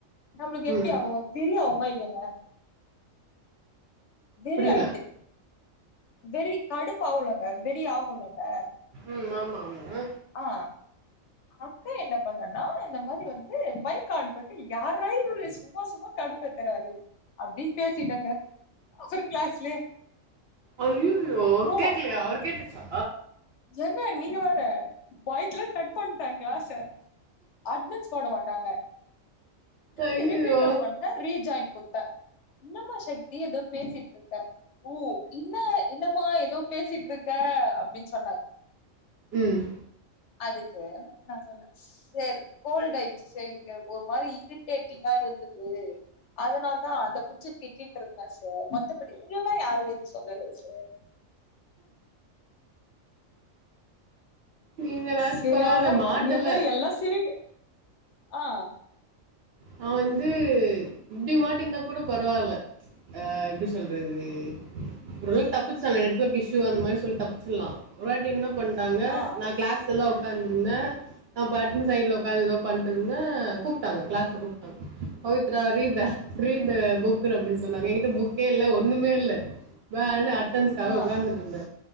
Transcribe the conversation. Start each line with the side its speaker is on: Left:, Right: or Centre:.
Left: நம்ளுக்கு எப்டி
Right: ம்
Left: ஆகு வெறியாவுமா இல்லயாங்க வெறி
Right: புரியல
Left: ஆய்ட்டு வெறி கடுப்பு ஆகுலங்க வெறி ஆகுலங்க
Right: ம் ஆமா ஆமா
Left: ஆ அப்ப என்ன பண்ணனா இந்த மாரி வந்து மைக்கான் பண்ட்டு யார்ரா இவரு சும்மா சும்மா கடுப்பேத்துராரு அப்டினு பேசிட்டங்க அவரு கிளாஸ்லயே
Right: அய்யூயோ
Left: அப்றோ
Right: கேக்லயா அவர்கு கேட்ரிச்சா
Left: ஏங்க நீங்க வேற பயத்துல கட் பண்ட கிளாச அட்னன்ஸ் போட மாட்டாங்க
Right: ஐயோ
Left: திரிப்பியு நா பண் ணே ரீஜாய்ண் குத்த இன்னமா சக்தி எதோ பேசிட்டு இருக்க உ இன்னா இன்னம்மா ஏதோ பேசிட்ருக்க அப்டின் சொன்னாரு
Right: ம்
Left: அதுக்கு நா சொன்னே சர் கோல்டு ஆயிச்சு சரி இங்க ஒரு மாரி இரிட்டேட்டிங்காயிருந்தது அதனால தா அத புச்சி திட்டிட்யிருந்தே சார் மத்தபடி உங்லலா யாரு எதுவு சொல்லல சார்
Right: நீங்களாச்சும்
Left: செரியான
Right: பரவாயில்ல மாட்டலை
Left: ஏங்க எல்லா சிரிக் ஆ
Right: நா வந்து இப்டி மாட்டியிருந்தா கூட பரவால்ல ஆ எப்டி சொல்றது ஒரு வாட்டி தப்பிஷ்டாங்க நெட்வொர்க் இஷ்யூ அந்மாரி சொல்லி தப்ச்சிர்லா ஒரு வாட்டியின்ன பண்டாங்க
Left: ஆ
Right: நா கிளாஸ்ல்லா ஒக்காந்துர்ந்த நா பாட்னு சைட்ல ஒக்காந் ஏதோ பண்டுயிருந்த கூப்ட்டாங்க கிளாஸ் கூப்டாங்க Pavithra read the read the புக்குனு அப்டின் சொன்னாங்க எங்கிட்ட புக்கே இல்ல ஒன்னுமே இல்ல பா னு அட்னன்ஸ்க்காக
Left: ஆ
Right: ஒக்காந்துட்ருந்தே